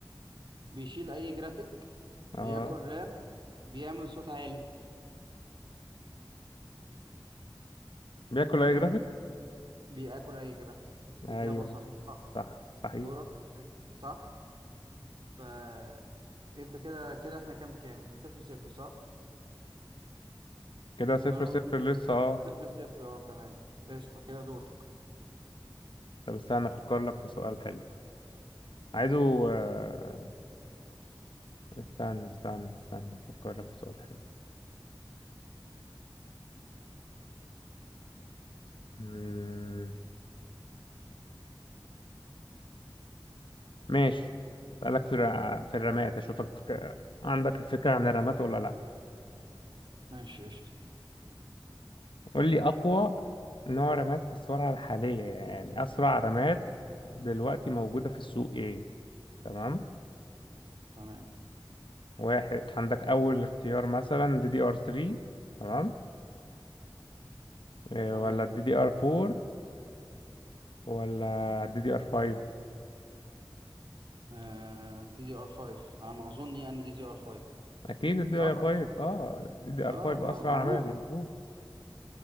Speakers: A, on the right; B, on the left.
A: بيشيل اي جرافيك بياكل
B: اه
A: رام بيعمل صوت عالي
B: بياكل اي جرافيك
A: هت... بياكل اي جرافيك اجابة
B: ايوه
A: صحيحة
B: صح صحيح
A: دورك صح فانت كده كده احنا كام كام احنا صفر صفر صح
B: كده صفر
A: ولا انا
B: صفر
A: قلت إجابة؟
B: لسه اه
A: صفر صفر اه تمام قشطة كده دورك
B: طب استنى افكر لك في سؤال حلو عايزه آه، استنى استنى استنى افكر لك في سؤال حلو مم، ماشي اسالك في الر- في الرمات اشوفك آه، عندك فكرة عن الرمات ولا لا
A: ماشي قشطة
B: قول لي اقوى نوع رمات في السرعة الحالية يعني اسرع رمات دلوقتي موجودة في السوق ايه تمام
A: تمام
B: واحد عندك اول اختيار مثلا دي دي ار 3 تمام إيه،
A: تمام
B: ولا الدي دي ار 4 ولا الدي دي ار 5
A: آه... دي دي ار 5 على ما اظن يعني دي دي ار 5
B: اكيد الدي
A: صح
B: دي ار 5 اه الدي دي ار
A: اه
B: 5
A: مع-
B: اسرع
A: معروفة
B: عمال مظبوط